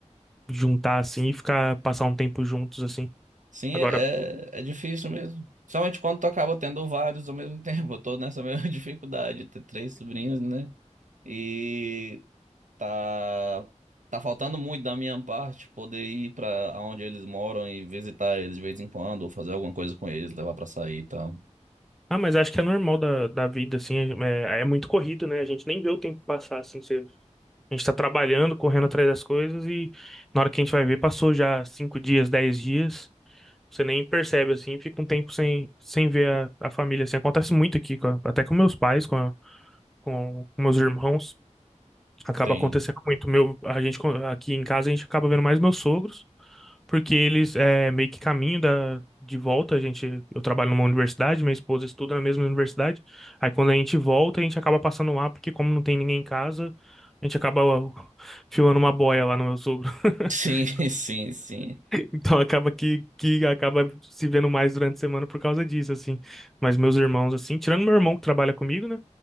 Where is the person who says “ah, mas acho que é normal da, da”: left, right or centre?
Centre